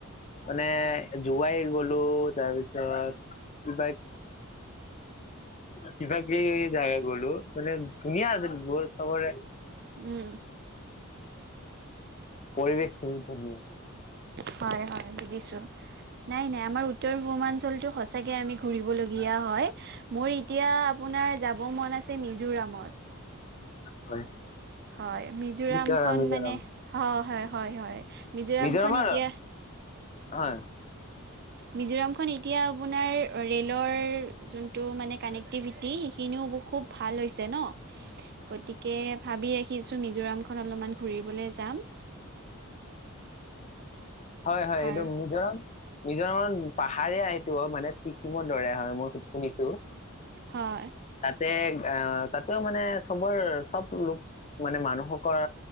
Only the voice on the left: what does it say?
মানে জোৱাই গ'লোঁ, তাৰপিছত কিবা কিবা-কিবি জেগা গ'লোঁ। মানে ধুনীয়া আছিল বৰ চবৰে
পৰিৱেশটো ধুনীয়া।
হয়।
মিজোৰাম মিজোৰাম
মিজোৰামৰ-
হয়।
<inaudible>
হয় - হয়, এইটো
মিজোৰাম মিজোৰামত পাহাৰীয়া সেইটো, মানে চিকিমৰ দৰে হয়, মই শুনিছোঁ।
তাতে অ'- তাতেও মানে চবৰ- চব লোক মানে মানুহসকৰ